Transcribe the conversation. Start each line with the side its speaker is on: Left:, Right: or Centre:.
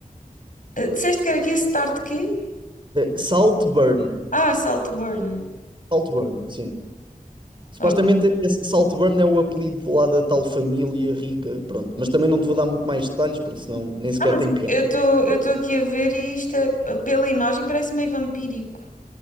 Left: Ah, Disseste que era aqui Start quê?
Right: eh, Saltburn.
Left: Ah, Saltburn.
Right: Saltburn, sim. Supostamente
Left: Ok.
Right: esse Saltburn é o apelido lá da tal família rica, pronto. Mas também não te vou dar muito mais detalhes, porque senão nem sequer
Left: Ah, mas
Right: tem piada.
Left: eu estou eu estou aqui a ver e isto é- pela imagem parece meio vampírico.